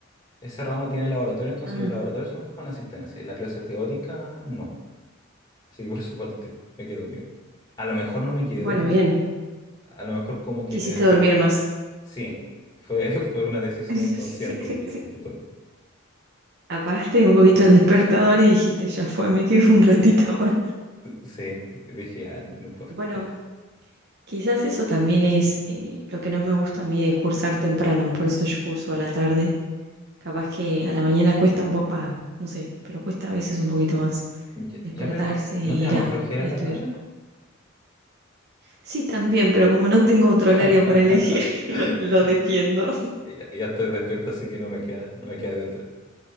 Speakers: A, on the left; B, on the right.
A: ese ramo tiene laboratorio, entonces
B: Ah,
A: los laboratorios son con asistencia y la clase teórica no. Así que por eso falté, me quedé dormido. A lo mejor no me quedé
B: bueno,
A: dormido.
B: bien.
A: A lo mejor como que
B: Quisiste
A: me desperté.
B: dormir más.
A: Sí, fue, <laughs> fue una decisión
B: <laughs>
A: consciente que, que tomé.
B: Apagaste un poquito el despertador y dijiste, ya fue, me quedo un ratito más.
A: Sí, dije, ah, no importa.
B: Bueno, quizás eso también es eh, lo que no me gusta a mí de cursar temprano, por eso yo curso a la tarde. Capaz que a la mañana cuesta un poco, va, no sé, pero cuesta a veces un poquito más
A: Ya,
B: despertarse
A: ya, pero no te,
B: e ir
A: ¿no te da más
B: a,
A: flojera
B: ir
A: en
B: a estudiar.
A: la tarde?
B: Sí, también, pero como no tengo otro horario
A: <laughs>
B: para elegir, <laughs> lo, lo defiendo.
A: Ya, ya estoy despierto, así que no me queda, no me queda de otra.